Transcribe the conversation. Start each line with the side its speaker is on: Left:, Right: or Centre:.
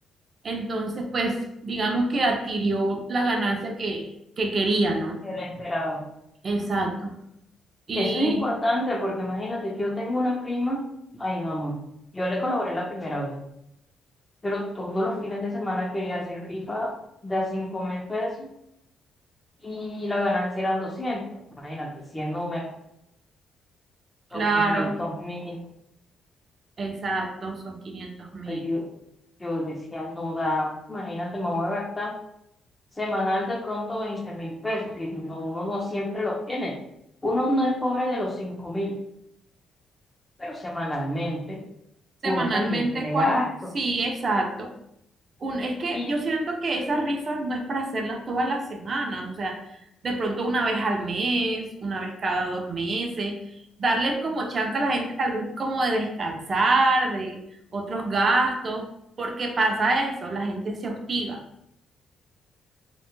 Right: Entonces, pues, digamos que adquirió la ganancia que, que quería, ¿no?
Left: el esperado.
Right: Exacto. Y
Left: Eso es importante porque imagínate, yo tengo una prima, ay no amor, yo le colaboré la primera vez, pero todos los fines de semana quería hacer rifa de cinco mil pesos y la ganancia eran doscientos imagínate, 100 números,
Right: claro,
Left: son quinientos mil,
Right: exacto, son quinientos mil.
Left: yo, yo decía, no da, imagínate, me voy a gastar semanal de pronto veinte mil pesos, que no- uno no siempre los tiene, uno no es pobre de los cinco mil, pero semanalmente
Right: Semanalmente,
Left: uno también tiene
Right: cuando,
Left: gastos.
Right: sí, exacto. un- es que
Left: Y
Right: yo siento que esas rifas no es para hacerlas todas las semanas, o sea, de pronto una vez al mes, una vez cada dos meses, darle como chance a la gente tal vez como de descansar, de otros gastos, porque pasa eso, la gente se hostiga,